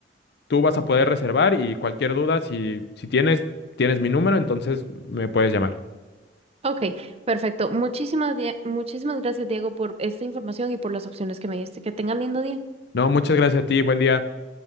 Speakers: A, on the left; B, on the right.
A: Tú vas a poder reservar y cualquier duda, si, si tienes, tienes mi número, entonces me puedes llamar.
B: Ok, perfecto. Muchísimas, die- muchísimas gracias, Diego, por esta información y por las opciones que me diste. Que tengan lindo día.
A: No, muchas gracias a ti, buen día.